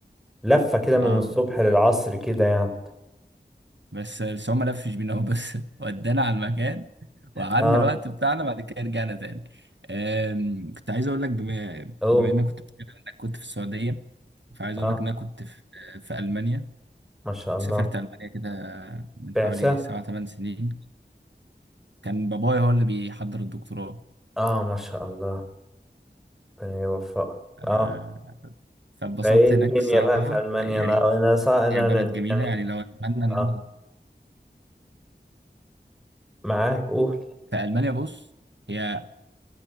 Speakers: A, in the centre; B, on the right.
A: لفة كده
B: اه
A: من الصبح للعصر كده يعني
B: بس بس هم لفش بينا هو بس <laughs> ودانا على المكان وقعدنا
A: اه
B: الوقت بتاعنا بعد كده رجعنا تاني أم، كنت عايز اقول لك بما
A: اوه
B: بما انك كنت بتتكلم انك كنت في السعوديه فعايز
A: اه
B: اقول لك ان انا كنت في في المانيا
A: ما شاء
B: كنت
A: الله
B: سافرت المانيا كده من
A: بعثة
B: حوالي سبع ثمان سنين كان بابايا هو اللي بيحضر الدكتوراه
A: اه ما شاء الله ربنا يوفقك
B: أه،
A: اه
B: فاتبسطت
A: فايه الدنيا
B: هناك الصراحه
A: بقى في المانيا
B: يعني
A: انا انا صع... انا
B: هي بلد
A: أنا-
B: جميله
A: يعني
B: يعني لو اتمنى ان
A: اه
B: انا
A: معاك قول
B: في المانيا بص هي